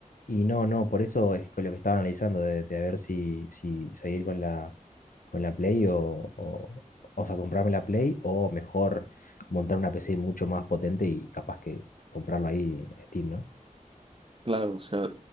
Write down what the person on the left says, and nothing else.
Y no, no, por eso es con lo que estaba analizando, de, de a ver si, si seguir con la, con la Play o, o, o sea, comprarme la Play o mejor montar una PC mucho más potente y capaz que comprarlo ahí en Steam, ¿no?